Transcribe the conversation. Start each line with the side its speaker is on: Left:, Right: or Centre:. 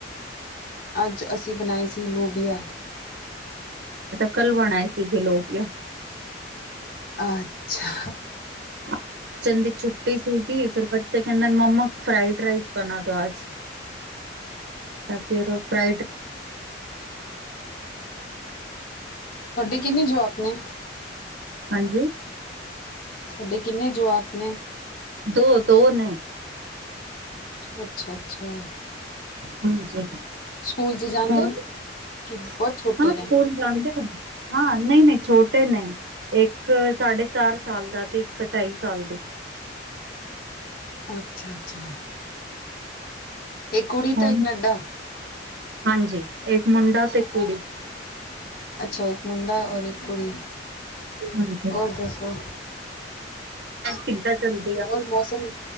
Left: ਅੱਜ ਅਸੀਂ ਬਣਾਈ ਸੀ ਲੋਬੀਆ।
Right: ਕਲ ਵਣਾਏ ਸੀ। ਜੇ ਲੋਕਆ
Left: ਅੱਛਾ।
Right: ਬੱਚੇ ਦੀ ਛੁੱਟੀ ਸੀਗੀ ਫਿਰ ਬੱਚੇ ਕਹਿੰਦਾ। ਮੰਮਾ ਫਾਈਡ ਰਾਈਸ ਬਣਾ ਦੋ ਅੱਜ। ਤਾਂ ਫਿਰ ਉਹ ਫਰਾਈਡ ਰ
Left: ਤੁਆਡੇ ਕਿੰਨੇ ਜੋਬ ਨੇ?
Right: ਹਾਂਜੀ।
Left: ਤੁਆਡੇ ਕਿੰਨੇ ਜਵਾਕ ਨੇ?
Right: ਦੋ- ਦੋ ਨੇ।
Left: ਅੱਛਾ- ਅੱਛਾ।
Right: ਹਾਂਜੀ
Left: ਸਕੂਲ ਚ ਜਾਂਦੇ।
Right: ਹੋਰ
Left: ਬਹੁਤ
Right: ਹਾਂ
Left: ਛੋਟੇ
Right: ਸਕੂਲ
Left: ਨੇ?
Right: ਜਾਂਦੇ ਨੇ, ਹਾਂ ਨਈ- ਨਈ ਛੋਟੇ ਨੇ, ਏਕ ਇੱਕ ਸਾਢੇ ਚਾਰ ਸਾਲ ਦਾ ਤੇ ਇੱਕ ਢਾਈ ਸਾਲ ਦੀ।
Left: ਅੱਛਾ- ਅੱਛਾ। ਇੱਕ ਕੁੜੀ ਤਾਂ
Right: ਹੁਣ
Left: ਇੱਕ ਨੱਡਾ।
Right: ਹਾਂਜੀ ਏਕ ਮੁੰਡਾ ਤੇ ਕੁੜੀ।
Left: ਅੱਛਾ, ਇੱਕ ਮੁੰਡਾ ਔਰ ਇੱਕ ਕੁੜੀ
Right: ਹਾਂਜੀ
Left: ਓਰ ਦੱਸੋ?
Right: ਕਿੱਦਾਂ ਚੱਲਦੀ ਆ
Left: ਓਰ ਮੌਸਮ,